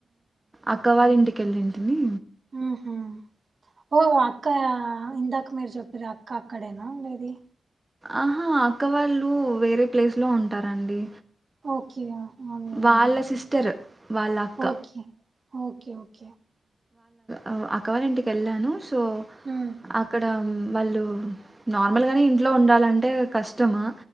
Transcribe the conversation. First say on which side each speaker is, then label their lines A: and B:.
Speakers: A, on the right; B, on the right.
A: అక్క వాళ్ళ ఇంటికి వెళ్ళింటిని
B: ఉహ్మ్ ఓ అక్క ఇందాక మీరు చెప్పార్ అక్క అక్కడేనా ఉండేది
A: ఆహా అక్క వాళ్ళు వేరే ప్లేస్ లో ఉంటారండి
B: ఓకే ఇగా అవునులేండి
A: వాళ్ళ సిస్టర్ వాళ్ళ అక్క
B: ఓకే ఓకే ఓకే
A: అ అక్కవాళ ఇంటికి వెళ్ళాను సో
B: ఉమ్
A: అక్కడ మ్ వాళ్ళు నార్మల్గానే ఇంట్లో ఉండాలంటే కష్టమా